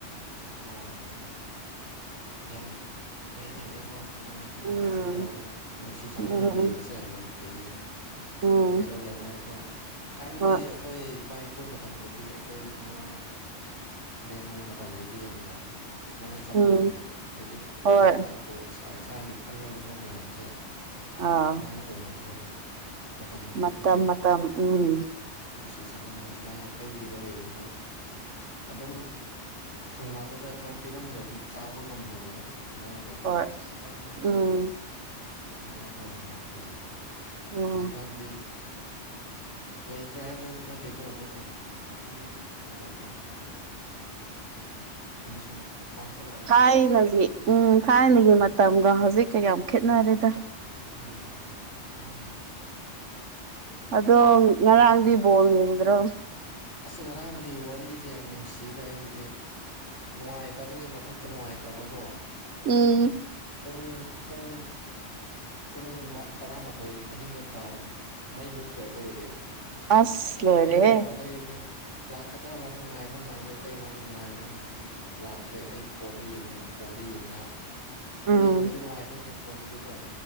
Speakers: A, on the left; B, on the right.
A: ꯑꯣ ꯑꯣ ꯌꯥꯝ ꯐꯩꯅꯦ ꯑꯗꯨꯒ ꯁꯨꯃꯥꯏꯅ ꯄꯤꯊꯣꯛ
B: ꯎꯝ
A: ꯄꯤꯁꯤꯟ ꯇꯧꯔꯒ ꯅꯨꯡꯁꯤ ꯆꯥꯟꯅꯅ
B: ꯎꯝ
A: ꯂꯩꯕꯁꯦ
B: ꯎꯝ
A: ꯌꯥꯝ ꯐꯩꯌꯦ ꯑꯩꯈꯣꯏ
B: ꯎꯝ
A: ꯀꯦꯔꯣꯜ ꯂꯩꯀꯥꯏ ꯀꯣ ꯊꯥꯏꯅꯗꯤ
B: ꯍꯣꯏ
A: ꯑꯩꯈꯣꯏ ꯏꯄꯥ ꯏꯄꯨ ꯃꯇꯝꯗꯗꯤ ꯑꯩꯈꯣꯏ ꯏꯃꯥ ꯏꯕꯦꯟ ꯍꯣꯏ ꯃꯇꯝꯗ ꯗꯤ ꯌꯥꯝꯅ ꯁꯨꯃꯥꯏꯅ ꯆꯥꯟꯅꯔꯝꯃꯦ
B: ꯎꯝ
A: ꯍꯧꯖꯤꯛ
B: ꯍꯣꯏ
A: ꯍꯧꯖꯤꯛꯅꯕꯨ ꯏꯁꯥ ꯏꯁꯥꯒꯤ ꯈꯜꯂꯒꯀꯣ ꯃꯌꯥꯝꯁꯦ
B: ꯑꯥ
A: ꯁꯨꯃꯥꯏꯅ ꯑꯣꯏꯅꯈ꯭ꯔꯦ ꯃꯇꯝ ꯑꯃꯗꯗꯤ
B: ꯃꯇꯝ ꯃꯇꯝ ꯎꯝ
A: ꯅꯨꯡꯁꯤ ꯆꯥꯟꯅꯅ ꯁꯨꯃꯥꯏꯅ ꯑꯩꯒꯤꯗ ꯂꯩꯕꯁꯨ ꯑꯗꯨꯝ ꯊꯪꯅꯕꯗ ꯈꯔ ꯄꯤꯔꯝꯗꯗꯤ ꯆꯥꯕ ꯉꯝꯗꯕꯗꯣ ꯑꯗꯨꯃꯥꯏꯅ ꯇꯧꯔꯒꯀꯣ
B: ꯍꯣꯏ
A: ꯈꯤꯇꯪ ꯑꯣꯏꯔꯁꯨ
B: ꯎꯝ
A: ꯑꯗꯨꯃꯥꯏꯅ ꯇꯧꯅꯔꯒ ꯂꯩꯕꯗꯣ
B: ꯎꯝ
A: ꯍꯧꯖꯤꯛꯀꯥꯟꯗꯤ ꯂꯩꯇ꯭ꯔꯦ ꯍꯥꯏꯕꯗꯨ ꯅꯠꯇꯦꯀꯣ ꯑꯗꯨꯕꯨ ꯑꯗꯨꯒꯤ ꯀꯩꯅꯣꯗꯣ ꯁꯨꯝ ꯁꯨꯝ ꯃꯥꯡꯁꯤꯜꯂꯛ
B: ꯊꯥꯏꯅꯒꯤ ꯎꯝ ꯊꯥꯏꯅꯒꯤ ꯃꯇꯝꯒ ꯍꯧꯖꯤꯛꯀꯥ ꯌꯥꯝ ꯈꯦꯠꯅꯔꯦꯗ
A: ꯎꯝ ꯃꯥꯅꯦ
B: ꯑꯗꯣ ꯉꯔꯥꯡꯗꯤ ꯕꯣꯜ ꯌꯦꯡꯗ꯭ꯔꯣ
A: ꯑꯁ ꯉꯔꯥꯡꯒꯤ ꯋꯥꯔꯤꯁꯦ ꯌꯥꯝ ꯅꯨꯡꯁꯤꯗ ꯑꯩꯒꯤꯗꯤ ꯅꯨꯡꯉꯥꯏꯇꯕꯒꯤ ꯃꯊꯛꯇ ꯅꯨꯡꯉꯥꯏꯇꯕꯀꯣ
B: ꯎꯝ
A: ꯄꯨꯡ ꯄꯨꯡ ꯄꯨꯡ ꯇꯔꯥꯃꯥꯊꯣꯏ ꯑꯍꯤꯡꯗ ꯇꯥꯔꯒ ꯃꯩ ꯃꯨꯠꯈ꯭ꯔꯦ ꯑꯩꯈꯣꯏꯗꯗꯤ
B: ꯑꯁ
A: ꯁꯥꯎꯅꯤꯡꯕꯁꯤꯅꯀꯣ
B: ꯂꯣꯏꯔꯦꯍꯦ
A: ꯑꯗꯩꯗꯤ ꯂꯥꯛꯀꯗ꯭ꯔꯥ ꯂꯥꯛ ꯉꯥꯏꯕ ꯉꯥꯏꯕ ꯏꯇꯩꯃꯥ ꯑꯃꯨꯛ ꯉꯥꯏꯕ ꯉꯥꯏꯕ ꯉꯥꯏ ꯂꯥꯛꯇ꯭ꯔꯦ ꯑꯩ ꯐꯣꯟꯗ ꯌꯦꯡꯂꯒꯦꯅ ꯐꯣꯟꯗ ꯌꯦꯡꯉꯦꯍꯥ ꯑꯗꯣ
B: ꯎꯝ
A: ꯌꯦꯡꯕꯗꯤ ꯅꯨꯡꯉꯥꯏꯇꯦꯗꯅ ꯐꯣꯟꯗꯗꯤꯀꯣ